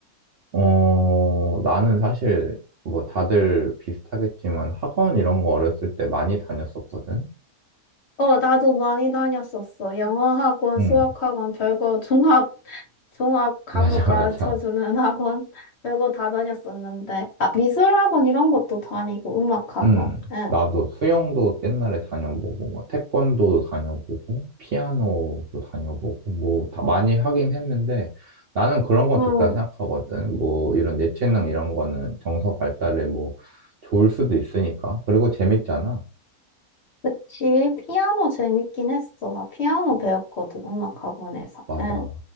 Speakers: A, on the right; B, on the left.
A: 어, 나는 사실 뭐 다들 비슷하겠지만 학원 이런 거 어렸을 때 많이 다녔었거든?
B: 어, 나도 많이 다녔었어. 영어 학원,
A: 응,
B: 수학
A: <laughs>
B: 학원, 별거 종합, 종합 과목
A: 맞아,
B: 가르쳐주는
A: 맞아.
B: <laughs> 학원, 별거 다 다녔었는데. 아, 미술 학원 이런 것도 다니고, 음악 학원.
A: 음,
B: 응.
A: 나도 수영도 옛날에 다녀보고, 뭐, 태권도도 다녀보고, 피아노도 다녀보고, 뭐, 다 많이 하긴 했는데, 나는 그런 건
B: 응.
A: 좋다 생각하거든. 뭐, 이런 예체능 이런 거는 정서 발달에 뭐, 좋을 수도 있으니까. 그리고 재밌잖아.
B: 그치. 피아노 재밌긴 했어. 나 피아노 배웠거든, 음악 학원에서.
A: 맞아.
B: 응.